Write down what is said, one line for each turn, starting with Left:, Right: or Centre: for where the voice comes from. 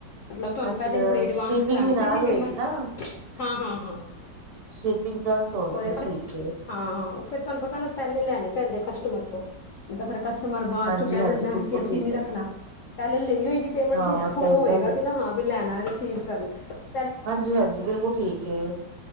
Left: ਮਤਲਬ ਤੁਹਾਨੂੰ
Right: ਅੱਛਾ ਅੱਛਾ,
Left: ਪਹਿਲੇ ਥੜ੍ਹੀ ਅਡਵਾਂਸ
Right: ਸ਼ਿਪਿੰਗ
Left: ਕਰਣੀ
Right: ਵੀ ਨਾਲ
Left: ਪੈਂਦੀ
Right: ਹੋਏਗੀ
Left: ਪੇਮੈਂਟ
Right: ਨਾ
Left: ਹਾਂ-ਹਾਂ- ਹਾਂ!
Right: ਸ਼ਿਪਿੰਗ ਪਲੱਸ ਹੋਣਗੇ
Left: ਉਹਦੇ ਨਾਲ
Right: ਠੀਕ ਏ
Left: ਹਾਂ-ਹਾਂ ਉਹ ਫੇਿਰ ਤੁਹਾਨੂੰ ਪਤਾ ਨਾ ਪਹਿਲੇ ਲੈਣੇ ਪੈਂਦੇ ਕਸ਼ਟ ਮਰ ਨਹੀਂ ਤਾਂ ਫੇਿਰ ਕਸਟਮਰ ਬਾਅਦ
Right: ਹਾਂਜੀ-ਹਾਂਜੀ
Left: ਚ ਕਹਿ ਦਿੰਦਾ
Right: ਬਿਲਕੁਲ
Left: ਹੈ ਕਿ ਅਸੀਂ
Right: ਠੀਕ
Left: ਨੀ ਰੱਖਣਾ
Right: ਏ।
Left: ਪਹਿਲੇ ਲਈ ਹੋਏਗੀ ਪੇਮੈਂਟ
Right: ਹਾਂ
Left: ਤੇ
Right: ਸਹੀ
Left: ਉਹਨੂੰ ਹੋਏਗਾ
Right: ਗੱਲ
Left: ਕਿ ਨਾ ਹਾਂ ਵੀ ਲੈਣਾ ਰਿਸੀਵ <unintelligible>
Right: ਹਾਂਜੀ- ਹਾਂਜੀ, ਬਿਲਕੁਲ ਠੀਕ ਏ।